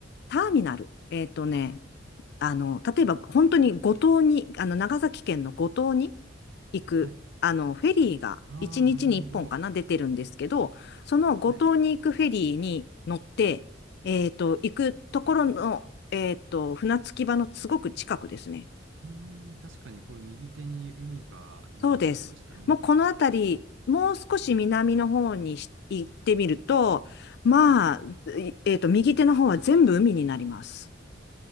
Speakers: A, on the left; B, on the right.
A: ターミナル。えっとね、あの、例えば本当に五島に、あの、長崎県の五島に行く、
B: はい。
A: あの、フェリーが1日に1本かな、
B: ああ、なるほど。
A: 出てるんですけど、その五島に行くフェリーに乗って、
B: はい。
A: えっと、行くところの、えっと、船着き場のすごく近くですね。
B: うーん、確かにこれ右手に海が見えてきましたね。
A: そうです。もうこの辺り、もう少し南の方にし行ってみると、まあ、いえっと、右手の方は全部海になります。